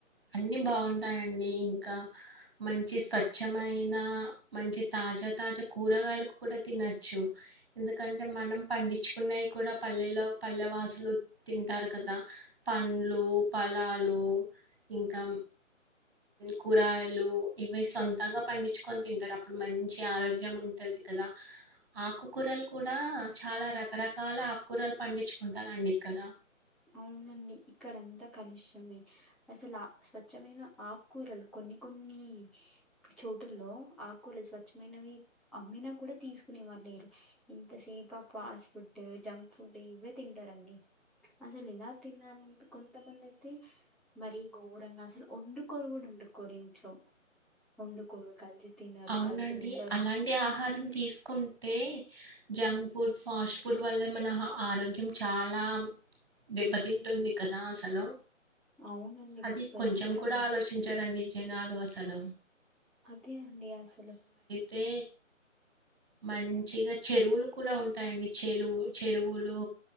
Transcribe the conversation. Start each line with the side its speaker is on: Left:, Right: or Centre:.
Right: అన్ని బాగుంటా ఉంటాయండి ఇంకా మంచి స్వచ్ఛమైన మంచి తాజా తాజా కూరగాయలు కూడా తినచ్చు ఎందుకంటే మనం పండించుకున్నయి కూడా పల్లెలో పల్లె వాస లు తింటారు కదా పండ్లు ఫలాలు ఇంకా కూరగాయలు ఇవి సొంతంగ పండించుకొని తింటరు అప్పుడు మంచి ఆరోగ్యం ఉంటది తది కదా ఆకుకూరలు కూడా చాలా రకరకాల ఆకుకూరలు పండించుకుంటారు అండి ఇక్కడ
Centre: అవునండి ఇక్కడంతా కలుష్యమే అసలు స్వచ్ఛమైన ఆకూరలు కొన్ని కొన్ని కొన్ని చోటుల్లో ఆకులు స్వచ్ఛమైనవి అమ్మినా కూడా తీసుకునే లేరు ఎంతసేపు ఆ ఫాస్ట్ ఫుడ్ జంక్ ఫుడ్ ఇవే తింటారండి అసలు ఎలా తినాలంటే కొంతమంది అయితే మరి ఘోరంగా అసలు వండుకోను కూడా వండు కోరు ఇంట్లో వండుకోరు కలిసి తినరు
Right: అవునండి
Centre: కలిసి ఉండరు
Right: అలాంటి ఆహారం తీసుకు టే జంక్ ఫుడ్ ఫాస్ట్ ఫుడ్ వల్ల మన ఆరోగ్యం చాలా దెబ్బతింటుంది కదా అసలు
Centre: అవునండి
Right: అది
Centre: విపరీతంగా
Right: కొంచెం కూడా ఆలోచించరండి జనాలు అసలు
Centre: అదే అండి అసలు
Right: తే మంచిగా చెరువులు కూడా ఉంటాయండి చెలువు చెరువులు